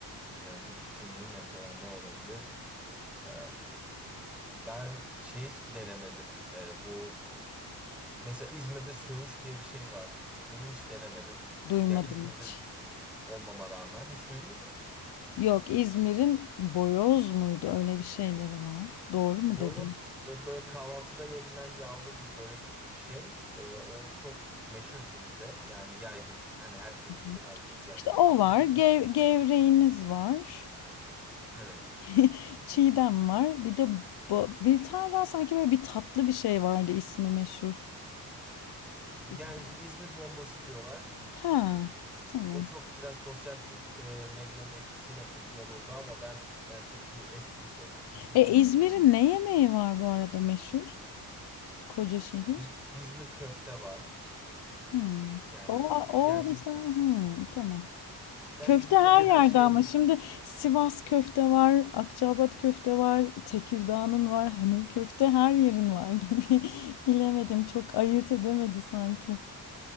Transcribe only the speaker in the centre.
Ee, bir düşüneyim mesela ne olabilir? Ee, ben şey denemedim. Ee, bu mesela İzmir'de söğüş diye bir şey var. Onu hiç denemedim.
Ya İzmir'de
olmama rağmen hiç duydun mu?
Boyoz
e, böyle kahvaltıda yenilen yağlı bir börek gibi bir şey. Ee, o çok meşhur İzmir'de. Yani yaygın. Hani herkes
bilir, herkes yer
kahvaltıda.
Evet.
Yani
İzmir bombası diyorlar.
O çok biraz sosyal pop- e, medyanın etkisiyle popüler oldu ama ben yani çok bir esprisi olduğunu düşünmüyorum
onun.
İz- İzmir köfte var.
Yani
gerçi,
gerçi
Türkiye'de
her
şehrin